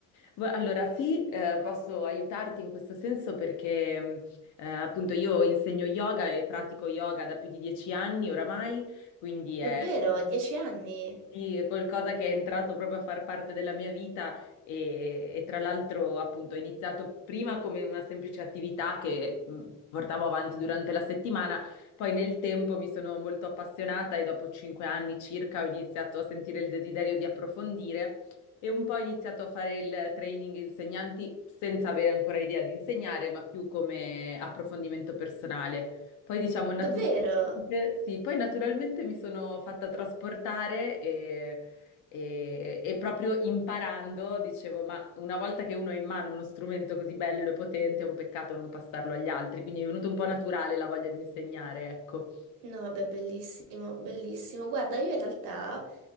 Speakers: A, on the left; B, on the right.
A: Vo- Allora, sì, eh, posso aiutarti in questo senso perché mh, eh, appunto io insegno yoga e pratico yoga da più di dieci anni oramai, quindi
B: Davvero?
A: è,
B: Dieci anni?
A: sì, è qualcosa che è entrato proprio a far parte della mia vita e, e tra l'altro appunto ho iniziato prima come una semplice attività che mh, portavo avanti durante la settimana, poi nel tempo mi sono molto appassionata e dopo cinque anni circa ho iniziato a sentire il desiderio di approfondire e un po' ho iniziato a fare il training insegnanti senza avere ancora idea di insegnare, ma più come approfondimento personale. Poi diciamo naturalmente,
B: Davvero?
A: sì, poi naturalmente mi sono fatta trasportare e, e- e proprio imparando dicevo, ma una volta che uno ha in mano uno strumento così bello e potente, è un peccato non passarlo agli altri, quindi è venuto un po' naturale la voglia di insegnare, ecco.
B: No, beh, bellissimo, bellissimo. Guarda, io in realtà